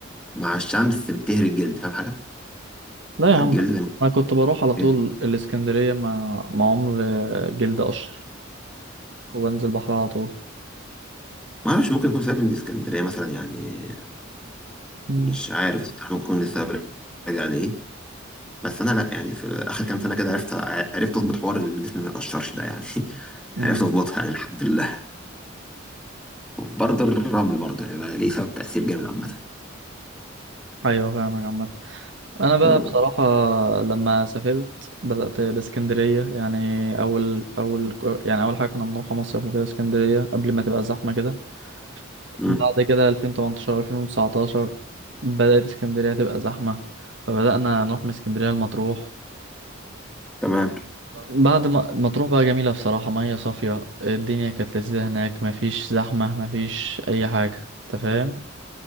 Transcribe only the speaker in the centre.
مع الشمس بتهري الجلد فاهم حاجه
فالجلد
زي ما
بيتهري.
ما اعرفش ممكن يكون سبب من اسكندريه مثلا يعني
مش عارف ممكن يكون السبب راجع لايه بس انا لا يعني في اخر كام سنه كده عرفت عرفت اظبط حوار ان جسمي ما يتقشرش ده يعني <laughs>
عرفت اظبطها يعني الحمد لله برضه الرمل برضه يعني بقى ليه سبب تاثير جامد عامه
مم.
مم.
تمام